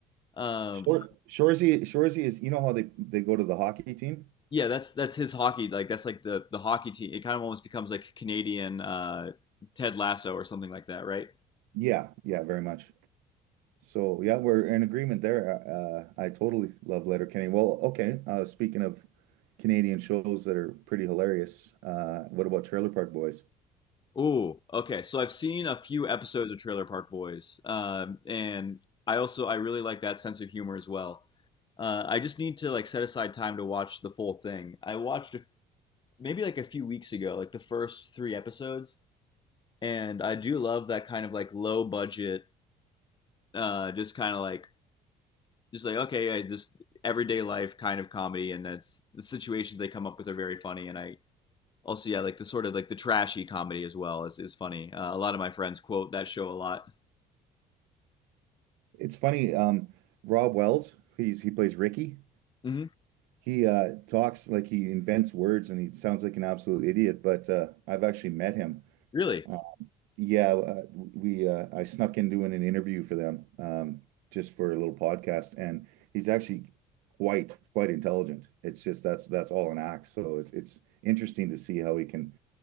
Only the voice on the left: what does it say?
Um,
yeah, that's that's his hockey. Like that's like the the hockey team. It kind of almost becomes like Canadian uh, Ted Lasso or something like that, right?
Oh, okay. So I've seen a few episodes of Trailer Park Boys, um, and I also I really like that sense of humor as well. Uh, I just need to like set aside time to watch the full thing. I watched a, maybe like a few weeks ago, like the first three episodes, and I do love that kind of like low budget, uh, just kind of like just like okay, I just everyday life kind of comedy, and that's the situations they come up with are very funny, and I also yeah like the sort of like the trashy comedy as well is is funny. Uh, a lot of my friends quote that show a lot.
hmm
Really?